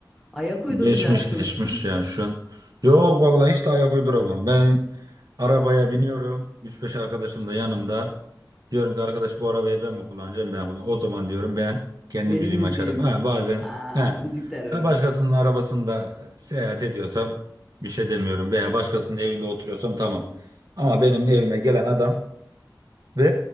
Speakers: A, in the centre; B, on the right (about 60°).
A: Ayak uyduracaksın.
B: Geçmiş geçmiş yani şu an. Yok vallahi hiç de ayak uyduramam. Ben arabaya biniyorum. üç beş arkadaşım da yanımda. Diyorum ki arkadaş bu arabayı ben mi kullanacağım ben kullanacağım. O zaman diyorum ben kendi
A: Benim
B: müziğimi
A: müziğim.
B: açarım. Ha, bazen
A: Aa,
B: he,
A: müzik terörü.
B: ha, başkasının arabasında seyahat ediyorsam bir şey demiyorum. Veya başkasının evinde oturuyorsam tamam. Ama benim evime gelen adam ve